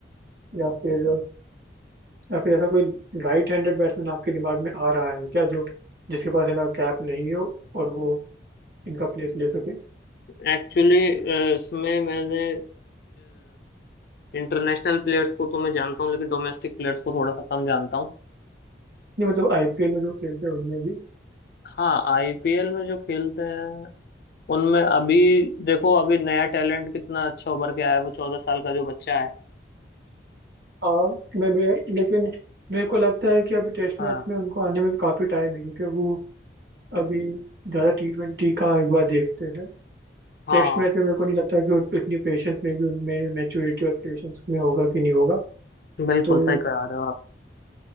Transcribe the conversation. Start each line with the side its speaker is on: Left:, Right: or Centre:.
Right: या फिर या फिर ऐसा कोई राइट हैंडेड बैट्समैन आपके दिमाग में आ रहा है क्या जो जिसके पास है ना कैप नहीं हो और वो इनका प्लेस ले सके
Left: एक्चुअली इसमें मैंने इंटरनेशनल प्लेयर्स को तो मैं जानता हूँ लेकिन डोमेस्टिक प्लेयर्स को थोड़ा सा कम जानता हूँ
Right: नहीं मतलब आईपीएल में जो खेलते हैं उनमें भी
Left: हाँ आईपीएल में जो खेलते हैं उनमें अभी देखो अभी नया टैलेंट कितना अच्छा उभर के आया है वो चौदह साल का जो बच्चा है
Right: हाँ मैं भी लेकिन मेरे को लगता है कि अभी टेस्ट
Left: हाँ
Right: मैच में उनको आने में काफ़ी टाइम है क्योंकि वो अभी ज़्यादा टी ट्वेंटी का एक बार देखते हैं
Left: हाँ
Right: टेस्ट मैच में मेरे को नहीं लगता कि उत- उतनी पेशेंस में भी उनमें मैच्योरिटी और पेशेंस में होगा कि नहीं होगा
Left: बिल्कुल
Right: तो
Left: सही कह रहे हो